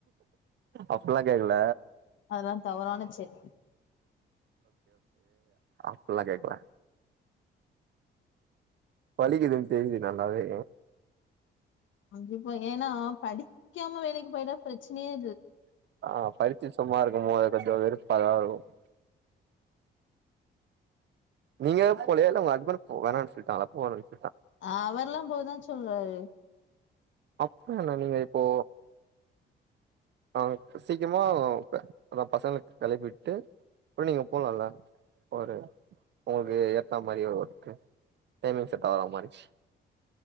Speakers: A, on the right; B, on the left.
A: அப்லா கேக்ல
B: அதல்லாம் தவறான செல்
A: அப்டில்லா கேக்ல பலிக்குதுனு தெரிது நல்லாவே
B: அந்த பையனு படிக்காம வேலைக்கு பேயிர்ந்தா பிரச்னையே
A: அ படிச்சு சும்மா இருக்கனு கொஞ்சோ வெறுப்பா தா இருக்கும் நீங்க போலைய இல்ல உங்க அஸ்பண்ட் வேணாம்னு சொல்லிட்டாங்கால போக வேனம்னு
B: அவர்ல்லாம் போதான் சொல்றாரு
A: அப்ப என்னா நீங்க இப்போ இப்ப சீக்கிரமா அதான் பசங்களுக்கு கிளப்பிட்டு அப்புறம் நீங்க போலாம்ல ஒரு உங்களுக்கு ஏத்தா மாதிரி ஒரு ஒர்க்கு டைமிங் செட் ஆகாது மாறீடுச்சு